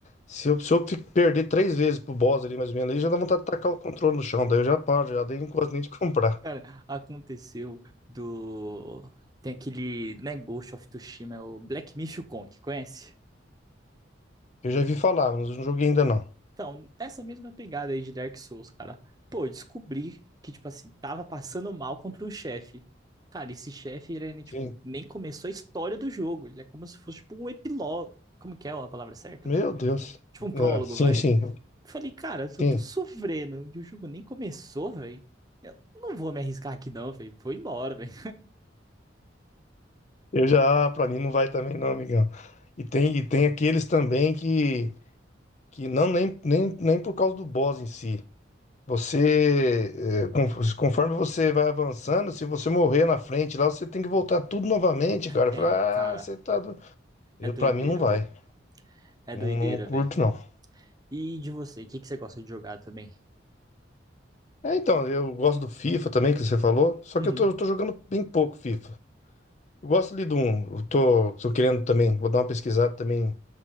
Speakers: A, on the left; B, on the right.
A: Se eu, se eu fi- perder três vezes pro boss ali, mais ou menos, aí já dá vontade de tacar o controle no chão. Daí eu já paro, já dei quase nem de <laughs> comprar.
B: Cara, aconteceu do. Tem aquele, né, Ghost of Tsushima, é o Black Myth Kong, conhece?
A: Eu já vi falar, mas eu não joguei ainda não.
B: Então, nessa mesma pegada aí de Dark Souls, cara. Pô, eu descobri que, tipo assim, tava passando mal contra um chefe. Cara, esse chefe, ele, né, tipo,
A: Sim.
B: nem começou a história do jogo. Ele é como se fosse, tipo, um epílogo. Como que é a palavra certa?
A: Meu Deus.
B: Tipo um prólogo,
A: Ah, sim,
B: vai.
A: sim,
B: Falei, cara, se
A: sim.
B: eu tô sofrendo e o jogo nem começou, velho, eu não vou me arriscar aqui não, velho. Vou embora, velho.
A: Eu já, ah, pra mim não vai também não, amigão. E tem, e tem aqueles também que, que não, nem, nem, nem por causa do boss em si. Você, eh, con- conforme você vai avançando, se você morrer na frente lá, você tem que voltar tudo novamente, cara.
B: É,
A: Fala,
B: cara,
A: ah, você tá. do-" Eu,
B: é doideira,
A: pra mim não vai.
B: velho. É
A: Não,
B: doideira,
A: não curto,
B: velho.
A: não.
B: E de você, o que que você gosta de jogar também?
A: É, então, eu gosto do FIFA também, que você falou. Só
B: Uhum,
A: que eu tô, eu tô jogando bem pouco FIFA. Eu gosto ali do 1. Eu tô, tô querendo também, vou dar uma pesquisada também.